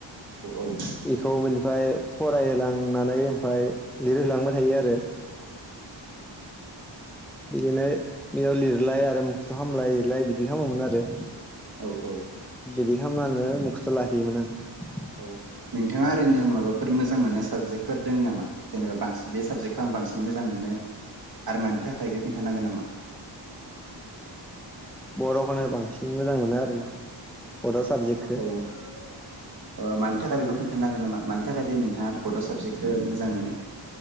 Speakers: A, on the right; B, in the centre.
A: औ औ
B: बिखौ बिनिफ्राय फरायहोलांनानै ओमफाय लिरहोलांबाय थायो आरो बिदिनो बेयाव लिरलाय आरो मोखसथ' हामलाय लिरलाय बिदि खालामोमोन आरो
A: औ औ
B: बिदि खालामनानै मुख्थ' लाखियोमोन आङो
A: औ नोंथाङा ओरैनो माबाफोर मोजां मोननाय साबजेक्टफोर दोङो नामा जेनेबा बसि बे साबजेक्टखौ आं बांसिन मोजां मोनो आरो मानि थाखाय इखो गोन्थानो हागोन नामा?
B: बर'खनो बांसिन मोजां मोनो आरोना बड' साबजेक्टखौ
A: औ मानि थाखाय बेखौ खिन्थानो हागोन नामा? मानि थाखाय दि नोंथाङा बड' साबजेक्टखो मोजां मोनो?